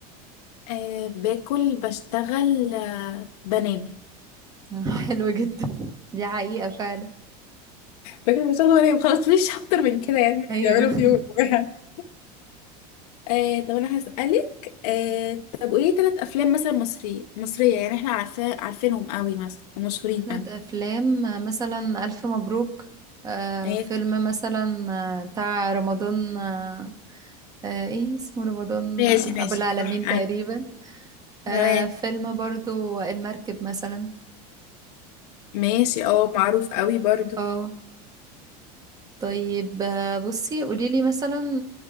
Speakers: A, on the left; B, on the right.
A: أه باكل بشتغل أه بنام
B: <laughs> حلوة جدا دي حقيقة فعلا
A: فاكر بشغل وانام خلاص مش اكتر من كده يعني
B: ايوه
A: بيعملوا
B: <laughs>
A: في يوم <laughs> آه، طب انا هسألك آه، طب قولي ثلاث افلام مثلا مصرية مصرية يعني احنا عارفاه عارفينهم قوي مثلا ومشهورين
B: ثلاث
A: قوي
B: افلام آه، مثلا الف مبروك آه،
A: ماشي
B: فيلم مثلا آه، بتاع رمضان آه، آه، ايه اسمه رمضان
A: ماشي
B: آه،
A: ماشي
B: ابو العالمين
A: صح
B: تقريبا
A: آه،
B: آه
A: تمام
B: فيلم برضو المركب مثلا
A: ماشي اه معروف قوي برضو
B: اه طيب آه، بصي قوليلي مثلا